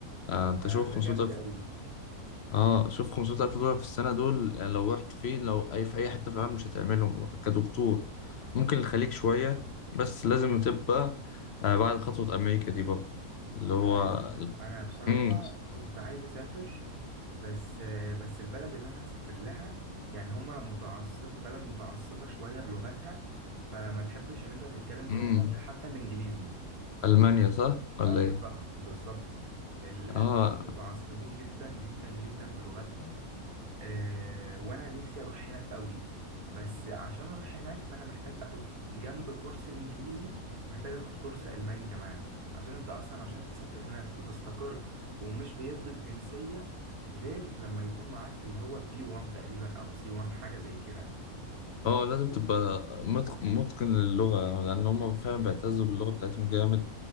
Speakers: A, on the left; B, on the right.
A: آه، انت
B: ده
A: شوف 500000
B: ده جامد قوي
A: اه شوف 500000 دولار في السنة دول يعني لو رحت فين لو أي في أي حتة في العالم مش هتعملهم كدكتور ممكن
B: امم
A: الخليج شوية بس لازم تبقى آه بعد خطوة أمريكا دي برضه اللي هو
B: آه، انا بصراحه
A: مم.
B: كنت عايز اسافر بس آه، بس البلد اللي انا هسافر لها يعني هما متعصب بلد متعصبه شويه بلغتها فما تحبش ان انت تتكلم بلغه
A: مم.
B: تانية حتى الانجليزي
A: ألمانيا صح ولا
B: اه بالظبط
A: إيه؟
B: بالظبط الألمان
A: اه
B: متعصبين جدا جدا جدا بلغتهم آه وانا نفسي اروح هناك قوي بس عشان اروح هناك فانا محتاج اخد جنب كورس الانجليزي محتاج اخد كورس الماني كمان عشان انت اصلا عشان تسافر هناك وتستقر ومش بيدوا الجنسية غير لما يكون معاك اللي هو بي 1 تقريبا او سي 1 حاجة زي كده
A: اه لازم تبقى متق- متقن للغة لأن هم فعلا بيعتزوا باللغة بتاعتهم جامد